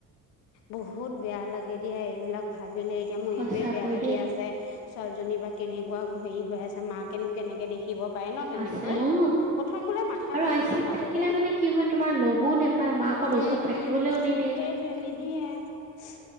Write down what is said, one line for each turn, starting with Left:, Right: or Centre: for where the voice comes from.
Left: বহুত বেয়া লাগে দিয়া এইবিলাক বিলে এতিয়া মোৰ
Right: সঁচাকৈ
Left: এইটোৱে বেয়া লাগি
Right: দেই
Left: আছে ছোৱালীজনী বা কেনেকুৱা হেৰি হৈ আছে মাক কেনো কেনেকে দেখিব পাৰে ন', তেনেকৈ
Right: আছে অ
Left: প্ৰথম বোলে মাথাৰ
Right: আৰু
Left: বিষ
Right: আই চি
Left: সেই
Right: ইউত
Left: মাজতে
Right: থাকিলে মানে কি হয় তোমাৰ লগো নোপায় মাকহঁত
Left: উম-
Right: ওচৰত থাকিবলৈও
Left: উম
Right: নিদিয়ে
Left: সেইটোৱে নিদিয়ে।